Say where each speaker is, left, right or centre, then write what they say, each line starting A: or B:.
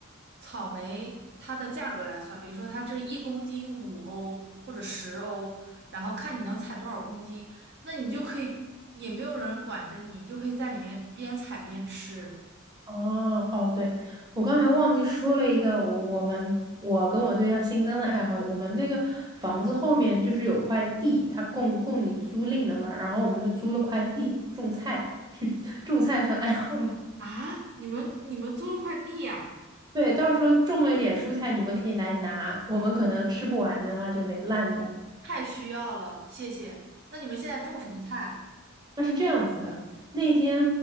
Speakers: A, on the right; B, on the right.
A: 草莓它的价格来算，比如说它这一公斤五欧或者十欧，然后看你能采多少公斤，那你就可以，也没有人管着你，你就可以在里面边采边吃，
B: 哦哦，对，我刚才忘记说了一个，我我们我跟我对象新增的爱好，我们那个房子后面就是有块地，它供供你租赁的嘛，然后我们就租了块地种菜，<laughs> 种菜算爱好吗？
A: 啊，你们你们租了块地呀？
B: <laughs> 对，到时候种了一点蔬菜，你们可以来拿，我们可能吃不完的话就得烂掉。
A: 太需要了，谢谢。那你们现在种什么菜啊？
B: 它是这样子的，那一天